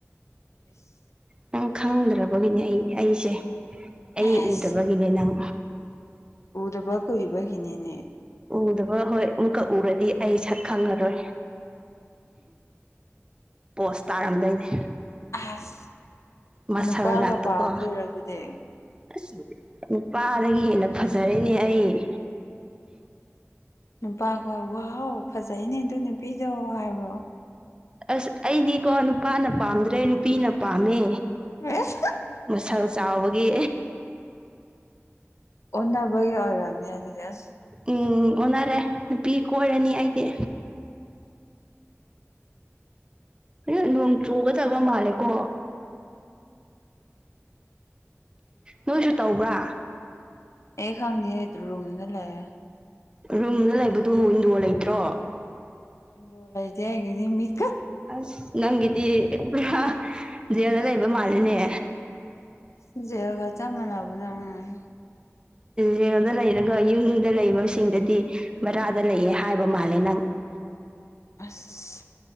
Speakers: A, on the left; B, on the right.
A: ꯑ <unintelligible>
B: ꯅꯪ ꯈꯪꯗ꯭ꯔꯕꯒꯤꯅꯤ ꯑꯩ ꯑꯩꯁꯦ ꯑꯩ
A: ꯑꯦꯁ
B: ꯎꯗꯕꯒꯤꯅꯦ ꯅꯪ
A: ꯎꯗꯕ ꯀꯨꯏꯕꯒꯤꯅꯦꯅꯦ
B: ꯎꯗꯕ ꯍꯣꯏ ꯑꯃꯨꯛꯀꯛ ꯎꯔꯗꯤ ꯑꯩ ꯁꯛ ꯈꯪꯉꯔꯣꯏ ꯄꯣꯁ ꯇꯥꯔꯝꯗꯣꯏꯅꯦ
A: ꯑꯁ
B: ꯃꯁꯜ
A: ꯅꯨꯄꯥꯒ
B: ꯉꯥꯛꯇꯀꯣ
A: ꯄꯥꯝꯗꯣꯏꯔꯣ ꯑꯗꯨꯗꯤ
B: ꯑꯁ ꯅꯨꯄꯥꯗꯒꯤ ꯍꯦꯟꯅ ꯐꯖꯔꯦꯅꯦ ꯑꯩ
A: ꯅꯨꯄꯥ ꯍꯣꯏ ꯋꯥꯎ ꯐꯖꯩꯅꯦ ꯑꯗꯨ ꯅꯨꯄꯤꯗꯣ ꯍꯥꯏꯕ꯭ꯔꯣ
B: ꯑꯁ ꯑꯩꯗꯤꯀꯣ ꯅꯨꯄꯥꯅ ꯄꯥꯝꯗ꯭ꯔꯦ ꯅꯨꯄꯤꯅ ꯄꯥꯝꯃꯦ
A: ꯑꯦꯁ
B: ꯃꯁꯜ ꯆꯥꯎꯕꯒꯤ
A: ꯑꯣꯟꯅꯕꯒꯤ ꯑꯣꯏꯔꯥꯝꯅꯤ ꯑꯗꯨꯗꯤ ꯑꯁ
B: ꯎꯝ ꯑꯣꯟꯅꯔꯦ ꯅꯨꯄꯤ ꯀꯣꯏꯔꯅꯤ ꯑꯩꯗꯤ꯫ ꯑ ꯅꯣꯡ ꯆꯨꯒꯗꯕ ꯃꯥꯜꯂꯦꯀꯣ꯫ ꯅꯣꯏꯁꯨ ꯇꯧꯕ꯭ꯔꯥ꯫
A: ꯑꯦ ꯈꯪꯗꯦ ꯔꯨꯝꯗ ꯂꯩꯑꯦ꯫
B: ꯔꯨꯝꯗ ꯂꯩꯕꯗꯨ ꯋꯤꯟꯗꯣ ꯂꯩꯇ꯭ꯔꯣ꯫
A: ꯗꯣ ꯂꯩꯇꯦ ꯑꯩꯒꯗꯤ ꯃꯤꯛꯀ
B: ꯑꯁ ꯅꯪꯒꯤꯗꯤ ꯄꯨꯔꯥ ꯖꯦꯜꯗ ꯂꯩꯕ ꯃꯥꯜꯂꯤꯅꯦ꯫
A: ꯑꯁ ꯖꯦꯜꯒ ꯆꯞ ꯃꯅꯕꯅꯦ ꯎꯝ꯫
B: ꯖꯦꯜꯗ ꯂꯩꯔꯒ ꯌꯨꯝꯗ ꯂꯩꯕꯁꯤꯡꯗꯗꯤ ꯕꯔꯥꯗ ꯂꯩꯌꯦ ꯍꯥꯏꯕ ꯃꯥꯜꯂꯦ ꯅꯪ꯫
A: ꯑꯁ